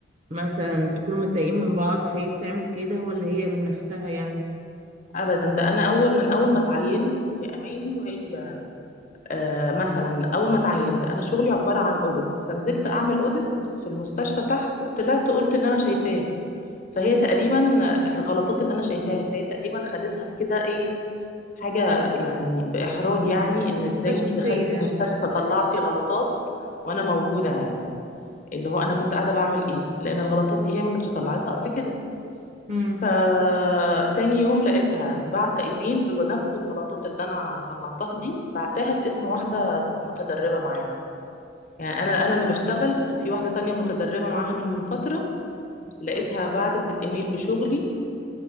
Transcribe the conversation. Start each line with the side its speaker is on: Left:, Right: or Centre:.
Right: مثلا تكونوا متضايقين من بعض فهي بتعمل كده ولا هي من نفسها يعني
Left: ابدا ده انا اول من اول ما اتعينت هي اماني وهي آه مثلا اول ما اتعينت انا شغلي عباره عن اوديتس فنزلت اعمل اوديت في المستشفى تحت طلعت قلت اللي انا شايفاه فهي تقريبا آه، الغلطات اللي انا شايفاها فهي تقريبا خدتها كده ايه حاجه يعني باحراج يعني ان ازاي
Right: ده شخصيه
Left: انت دخلتي
Right: يعني
Left: المستشفى طلعتي غلطات وانا موجوده يعني اللي هو انا كنت قاعده بعمل ايه لان الغلطات دي هي ما كانتش طلعتها قبل كده
Right: امم
Left: فتاني يوم لقيتها بعت ايميل بنفس الغلطات اللي انا طلعتها دي بعتها باسم واحده متدربه معانا يعني انا انا اللي بشتغل وفي واحده تانية متدربه معاها من فتره لقيتها بعتت الايميل بشغلي